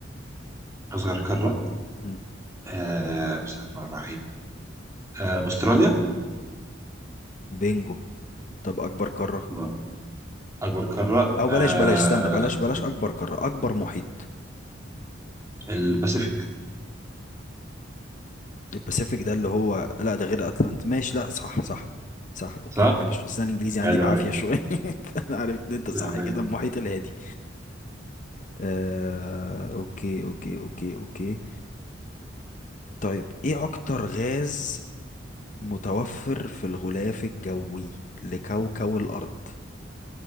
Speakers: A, on the right; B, on the left.
A: أصغر قارة
B: مم،
A: آه بسم الله الرحمن الرحيم آه أستراليا
B: بينجو طب أكبر قارة
A: الله أكبر قارة
B: أو بلاش
A: آه
B: بلاش استنى بلاش بلاش أكبر قارة أكبر محيط
A: الباسيفيك
B: الباسيفيك ده اللي هو لا ده غير اتلانت ماشي لا صح صح صح اوكي
A: صح؟
B: معلش بس انا الانجليزي عندي
A: حلو
B: بعافيه
A: أوي
B: شويه <laughs> فانا عرفت ان انت صح
A: آه،
B: كده المحيط الهادي آه اوكي اوكي اوكي اوكي طيب ايه اكتر غاز متوفر في الغلاف الجوي لكوكب الارض